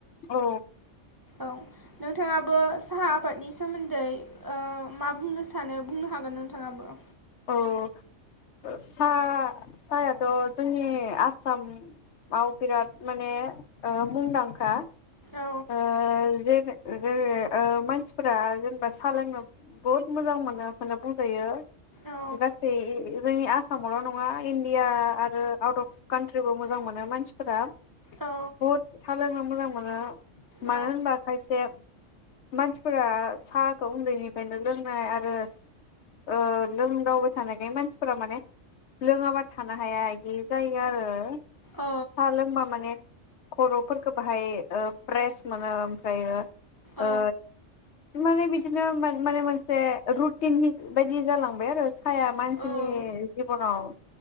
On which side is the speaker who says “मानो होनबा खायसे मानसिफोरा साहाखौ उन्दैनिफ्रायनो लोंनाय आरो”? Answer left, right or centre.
Left